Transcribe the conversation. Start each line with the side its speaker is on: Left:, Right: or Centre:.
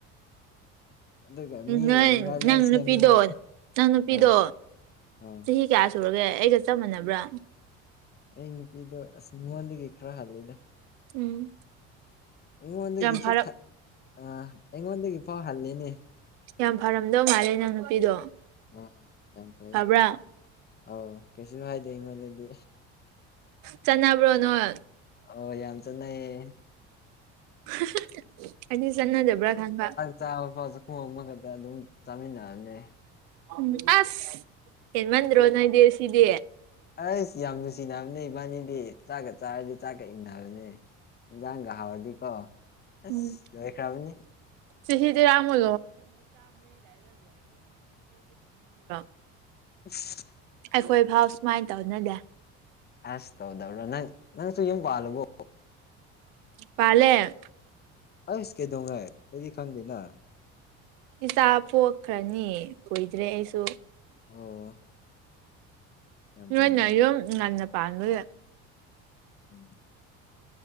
Left: ꯑꯗꯨꯒ ꯃꯤ
Right: ꯅꯣꯏ
Left: ꯑꯣꯏꯅꯤꯡꯉꯥꯏ ꯂꯣꯏ
Right: ꯅꯪ
Left: ꯁꯦꯝꯅꯤꯡꯉꯥꯏ
Right: ꯅꯨꯄꯤꯗꯣ ꯅꯪ ꯅꯨꯄꯤꯗꯣ
Left: ꯑꯥ ꯑꯥ
Right: ꯆꯍꯤ ꯀꯌꯥ ꯁꯨꯔꯒꯦ ꯑꯩꯒ ꯆꯞ ꯃꯥꯟꯅꯕ꯭ꯔꯥ
Left: ꯑꯩ ꯅꯨꯄꯤꯗꯣ ꯑꯁ ꯑꯩꯉꯣꯟꯗꯒꯤ ꯈꯔ ꯍꯜꯂꯦꯗ
Right: ꯎꯝ
Left: ꯑꯩꯉꯣꯟꯗꯒꯤꯁꯨ
Right: ꯌꯥꯝ ꯐꯔ
Left: ꯈꯔ ꯑ ꯑꯩꯉꯣꯟꯗꯒꯤ ꯐꯥꯎ ꯍꯜꯂꯤꯅꯦ
Right: ꯌꯥꯝ ꯐꯔꯝꯗꯧ ꯃꯥꯜꯂꯦ ꯅꯪ ꯅꯨꯄꯤꯗꯣ
Left: ꯑꯥ ꯌꯥꯝ ꯐꯩ
Right: ꯐꯕ꯭ꯔꯥ
Left: ꯑꯧ ꯀꯩꯁꯨ ꯍꯥꯏꯗꯦ ꯑꯩꯉꯣꯟꯗꯗꯤ
Right: ꯆꯅꯕ꯭ꯔꯣ ꯅꯣꯏ
Left: ꯑꯣ ꯌꯥꯝ ꯆꯅꯩꯌꯦ
Right: <unintelligible> ꯑꯩꯗꯤ ꯆꯥꯅꯗꯕ꯭ꯔꯥ ꯈꯟꯕ
Left: ꯆꯥꯕꯐꯥꯎ ꯆꯥꯈꯣꯝ ꯑꯃ ꯈꯛꯇ ꯑꯗꯨꯝ ꯆꯥꯃꯤꯟꯅꯕꯅꯦ
Right: ꯎꯝ ꯑꯁ ꯍꯦꯟ ꯃꯟꯗ꯭ꯔꯣ ꯅꫭꯏꯗꯤ ꯑꯁꯤꯗꯤ
Left: ꯑꯩꯁ ꯌꯥꯝ ꯅꯨꯡꯁꯤꯅꯕꯅꯦ ꯏꯕꯥꯅꯤꯗꯤ ꯆꯥꯛꯀ ꯆꯥꯔꯗꯤ ꯆꯥꯛꯀ ꯏꯟꯅꯕꯅꯦ ꯏꯟꯖꯥꯡꯒ ꯍꯥꯎꯔꯗꯤꯀꯣ ꯑꯁ
Right: ꯎꯝ
Left: ꯂꯣꯏꯈ꯭ꯔꯕꯅꯤ
Right: ꯆꯍꯤ ꯇꯔꯥꯃꯨꯛ <unintelligible>
Left: <unintelligible>
Right: ꯑꯩꯈꯣꯏ ꯐꯥꯎ ꯁꯨꯃꯥꯏꯅ ꯇꯧꯅꯗꯦ
Left: ꯑꯁ ꯇꯧꯗꯕ꯭ꯔꯣ ꯅꯪ ꯅꯪꯁꯨ ꯌꯨꯝ ꯄꯥꯜꯂꯕꫭ
Right: ꯄꯥꯂꯦ
Left: ꯑꯁ ꯀꯩꯗꯧꯉꯩ ꯑꯩꯗꯤ ꯈꯪꯗꯦꯅ
Right: ꯏꯆꯥ ꯄꯣꯛꯈ꯭ꯔꯅꯤ ꯀꯨꯏꯗ꯭ꯔꯦ ꯑꯩꯁꯨ
Left: ꯑꯣ ꯌꯥꯝ
Right: ꯅꯣꯏꯅ
Left: ꯐꯩꯅ
Right: ꯌꯨꯝ ꯉꯟꯅ ꯄꯥꯟꯕꯒꯤ
Left: <inaudible>